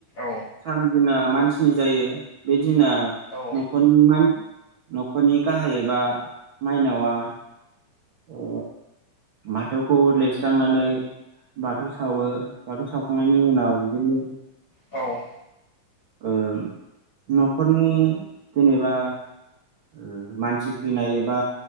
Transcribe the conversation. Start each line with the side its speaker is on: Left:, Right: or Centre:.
Left: औ
Right: सान दिना मानसिनि जायो बे दिना
Left: औ
Right: न'खर न'खरनि गाहाय एबा माइनावा ओ बाथौखौ लिरस्रांनानै बाथौ सावो। बाथौ सावखांनायनि उनाव बिदिनो
Left: औ
Right: ओ न'खरनि जेनेबा ओ मानसि थैनाय एबा